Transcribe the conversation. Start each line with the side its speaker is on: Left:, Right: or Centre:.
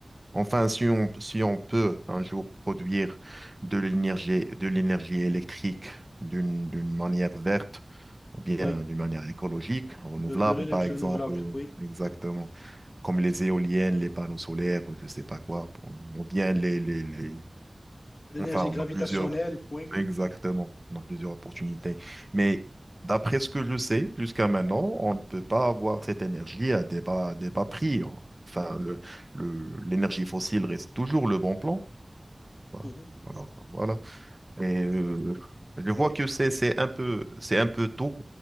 Right: Enfin, si on, si on peut un jour produire de l'énergie, de l'énergie électrique d'une, d'une manière verte, ou bien
Left: oui.
Right: d'une manière écologique, renouvelable,
Left: Avec de l'énergie
Right: par exemple,
Left: renouvelable,
Right: euh,
Left: oui.
Right: exactement, comme les éoliennes, les panneaux solaires, ou je sais pas quoi, pour- ou bien les, les, les-
Left: L'énergie
Right: Enfin, on
Left: gravitationnelle,
Right: a plusieurs.
Left: oui.
Right: Exactement, on a plusieurs opportunités. Mais d'après ce que je sais, jusqu'à maintenant, on ne peut pas avoir cette énergie à des bas, des bas prix. hein. Enfin, le, le- l'énergie fossile reste toujours le bon plan. quoi.
Left: Mhm.
Right: Voilà, enfin, voilà. Et euh, je vois
Left: Oui,
Right: que c'est, c'est un peu, c'est un peu tôt